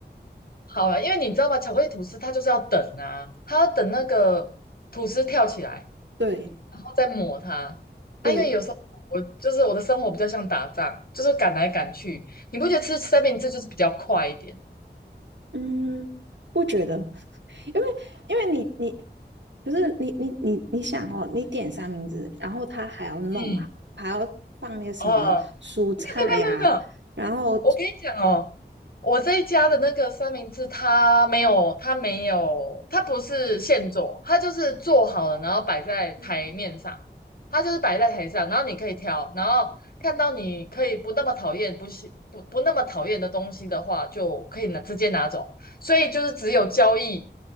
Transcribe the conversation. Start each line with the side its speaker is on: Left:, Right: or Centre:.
Left: 好了，因为你知道吧，巧克力吐司它就是要等啊，它要等那个吐司跳起来。
Right: <laughs> 对
Left: 然后再抹它。
Right: 对，
Left: 啊，因为有时候我就是我的生活比较像打仗，就是赶来赶去。你不觉得吃三明治就是比较快一点？
Right: 嗯，不觉得，因为因为你你不是你你你你想哦，你点三明治，然后他还要弄啊，
Left: 嗯，
Right: 还要放那个什么蔬菜呀、
Left: 哦，没有没有没有没有，没有
Right: 啊然后
Left: 我跟你讲哦，我这一家的那个三明治，它没有，它没有，它不是现做，它就是做好了，然后摆在台面上，
Right: 嗯
Left: 它就是摆在台上，然后你可以挑，然后看到你可以不那么讨厌，不喜不不那么讨厌的东西的话，就可以拿直接拿走。所以就是只有交易，